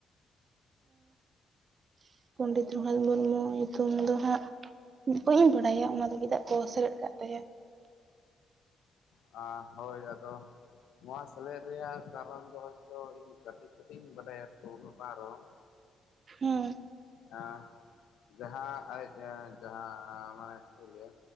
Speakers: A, on the right; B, on the left.
A: <inaudible> ᱯᱚᱱᱰᱤᱛ ᱨᱚᱜᱷᱩᱱᱟᱛᱷ ᱢᱩᱨᱢᱩ ᱣᱟᱜ ᱧᱩᱛᱩᱢ ᱫᱚ ᱦᱟᱸᱜᱼᱼ ᱵᱟᱹᱞᱤᱧ ᱵᱟᱲ ᱟᱭᱟ ᱚᱱᱟ ᱪᱮᱫᱟᱜ ᱠᱚ ᱥᱮᱞᱮᱫ ᱟᱠᱟᱫ ᱛᱟᱭᱟ᱾
B: ᱟ ᱦᱳᱭ ᱟᱫᱚ ᱱᱚᱣᱟ ᱥᱮᱞᱮᱫ ᱨᱮᱭᱟᱜ ᱠᱟᱨᱚᱱ ᱫᱚ ᱦᱚᱭ ᱛᱚ ᱤᱧ ᱠᱟᱹᱴᱤᱡ ᱠᱟᱹᱴᱤᱡ ᱤᱧ ᱵᱟᱰᱟᱭᱟ ᱛᱚ ᱩᱱᱟᱹᱜ ᱵᱟᱝ ᱨᱮ ᱦᱚᱸ
A: ᱦᱩᱸ
B: ᱦᱮᱸ ᱡᱟᱦᱟᱸ ᱟᱡ ᱡᱟᱦᱟᱸ ᱢᱟᱱᱮ ᱪᱮᱫ ᱞᱟᱹᱭᱼᱟ᱾